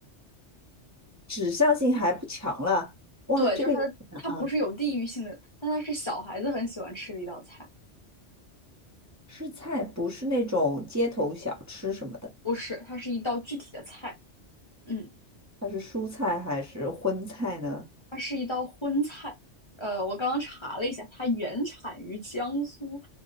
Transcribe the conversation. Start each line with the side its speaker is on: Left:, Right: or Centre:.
Right: 指向性还不强了，哇，
Left: 对，
Right: 这个有点难啊。
Left: 就是它的，它不是有地域性的，但它是小孩子很喜欢吃的一道菜，
Right: 吃菜不是那种街头小吃什么的，
Left: 不是，它是一道具体的菜，嗯。
Right: 它是蔬菜还是荤菜呢？
Left: 它是一道荤菜。呃，我刚刚查了一下，它原产于江苏